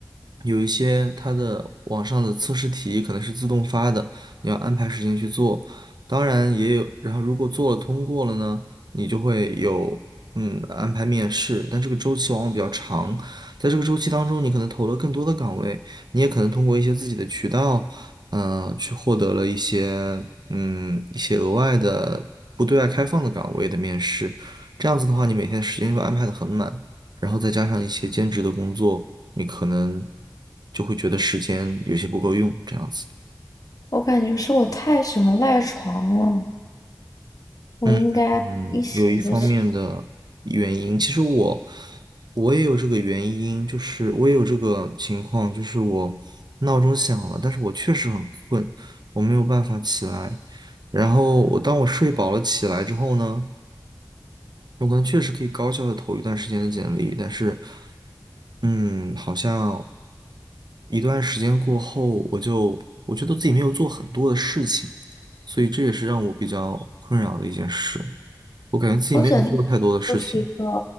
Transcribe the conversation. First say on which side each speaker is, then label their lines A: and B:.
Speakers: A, on the right; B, on the left.
A: 有一些它的网上的测试题可能是自动发的，你要安排时间去做。当然也有，然后如果做了通过了呢，你就会有嗯安排面试，但这个周期往往比较长，在这个周期当中，你可能投了更多的岗位。你也可能通过一些自己的渠道，嗯、去获得了一些嗯一些额外的不对外开放的岗位的面试。这样子的话，你每天时间就安排的很满，然后再加上一些兼职的工作，你可能就会觉得时间有些不够用，这样子。
B: 我感觉是我太喜欢赖床了，我应该一醒就起。
A: 嗯嗯，有一方面的原因，其实我我也有这个原因，就是我也有这个情况，就是我闹钟响了，但是我确实很困，我没有办法起来。然后我当我睡饱了起来之后呢，我可能确实可以高效的投一段时间的简历，但是，嗯，好像一段时间过后，我就我觉得自己没有做很多的事情，所以这也是让我比较困扰的一件事。我感觉自己没有做太多的事情，
B: 投简历就是一个